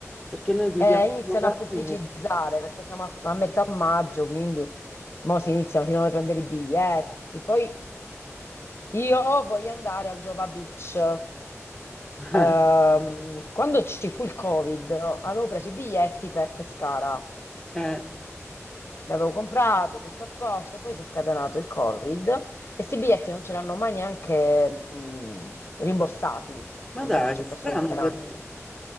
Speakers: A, in the centre; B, on the left.
A: perché noi chiudiamo
B: Eh,
A: il
B: iniziano
A: locale.
B: a pubblicizzare perché siamo a, f- a metà maggio, quindi mo si iniziano, si devono prendere i biglietti. Poi io voglio andare al Jova Beach.
A: <laughs>
B: Ehm, quando ci fu il Covid, avevo preso i biglietti per Pescara.
A: Eh,
B: Li avevo comprati, tutto a posto, poi si è scatenato il Covid e questi biglietti non ce li hanno mai neanche mh, rimborsati.
A: ma
B: Cioè, Ormai
A: dai,
B: ci ho
A: strano
B: perso le speranze.
A: però.